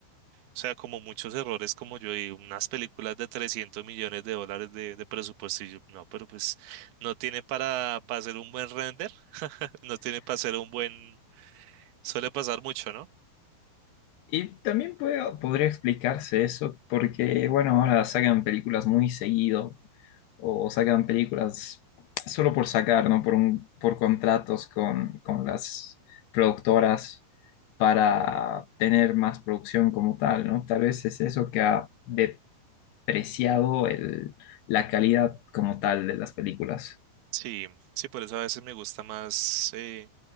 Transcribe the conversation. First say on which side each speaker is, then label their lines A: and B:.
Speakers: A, on the right; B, on the left.
A: sea, como muchos errores, como yo digo, unas películas de 300 millones de dólares de, de presupuesto y yo, no, pero pues no tiene para, para hacer un buen render, <laughs> no tiene para hacer un buen, suele pasar mucho, ¿no?
B: Y también puede- podría explicarse eso porque, bueno, ahora sacan películas muy seguido o sacan películas solo por sacar, ¿no? Por un, por contratos con, con las productoras para tener más producción como tal, ¿no? Tal vez es eso que ha de- apreciado el, la calidad como tal de las películas.
A: Sí, sí, por eso a veces me gusta más eh,